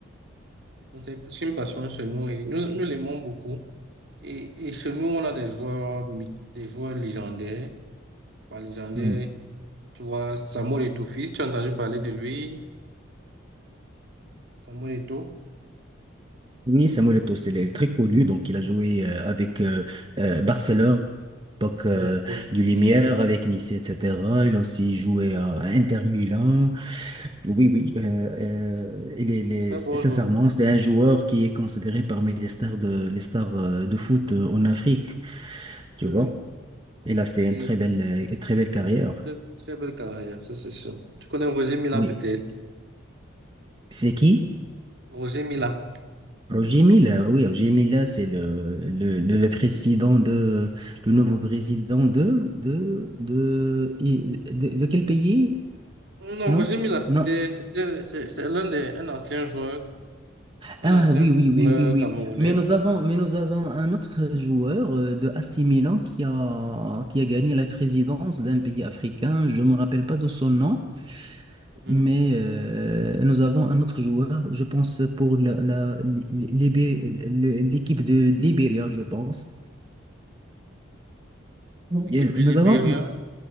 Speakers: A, on the right; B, on the right.
A: Donc, C'est plus qu'une passion chez nous et nous, nous l'aimons beaucoup. Et, et chez nous, on a des joueurs, myth- des joueurs légendaires. Pas légendaires,
B: hmm.
A: tu vois, Samuel Eto'o-Fils, tu as entendu parler de lui, Samuel Eto'o.
B: Oui, Samuel Eto'o, c'est le- très connu, donc il a joué euh, avec euh, euh, Barcelone. l'époque euh,
A: Exactement.
B: du Lumière avec Nice, etc. Il a aussi joué euh, à Inter Milan. Oui, oui. euh, euh, il est, il est-
A: Très bon
B: sincèrement,
A: joueur.
B: c'est un joueur qui est considéré parmi les stars de, les stars euh, de foot euh, en Afrique. Tu
A: Oui,
B: vois, il a fait
A: oui.
B: une très belle, euh, une très belle carrière.
A: Très très belle carrière, ça c'est sûr. Tu connais Roger Mila
B: Oui.
A: peut-être?
B: C'est qui?
A: Roger Mila.
B: Roger Milla. Oui, Roger Milla, c'est le, le, le, le président de, le nouveau président de, de, de, de, de quel pays?
A: Non,
B: Non,
A: Roger Mila, c'était,
B: Non?
A: c'était, c'est c'est l'un des, un ancien joueur, un
B: Ah
A: ancien
B: oui,
A: footballeur
B: oui, oui, oui, oui.
A: camerounais.
B: Mais nous avons, mais nous avons un autre joueur euh, de AC Milan qui a, qui a gagné la présidence d'un pays africain. Je ne me rappelle pas de son nom,
A: Mhm.
B: mais euh, nous avons un autre joueur, je pense, pour la, la- li- Libé- le- l'équipe de Libéria, je pense.
A: L'équipe
B: Et
A: du
B: nous
A: Libéria.
B: avons,